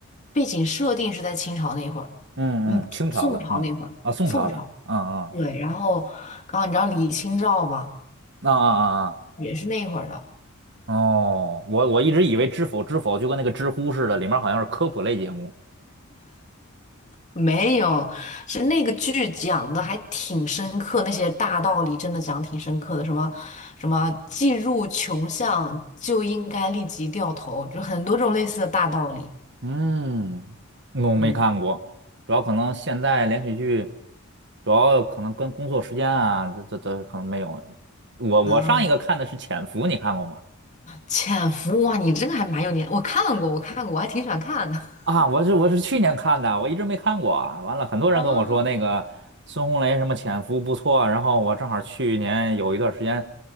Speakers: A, on the left; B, on the right.
A: 背景设定是在清朝那一会儿。
B: 嗯嗯，
A: 嗯，
B: 清朝的，
A: 宋朝那会儿，
B: 嗯啊，宋朝的，
A: 宋朝，
B: 嗯
A: 对，然后，刚后你知道李清照吧，
B: 嗯啊啊啊
A: 也是那会儿的，
B: 啊！哦，我我一直以为知否知否就跟那个知乎似的，里面好像是科普类节目。
A: 没有，是那个剧讲的还挺深刻，那些大道理真的讲挺深刻的，什么什么既入穷巷就应该立即掉头，就很多种类似的大道理。
B: 嗯，我没看过，
A: 嗯
B: 主要可能现代连续剧，主要可能跟工作时间啊，这这这可能没有。我我上一个看的是《潜伏》，
A: 啊，
B: 你看过吗？
A: 潜伏哇，你这个还蛮有年，我看过，我看过，我还挺喜欢看的。<laughs>
B: 啊，我是我是去年看的，我一直没看过啊。完了，很多人跟我说那个孙红雷什么《潜伏》不错，
A: 啊？
B: 然后我正好去年有一段时间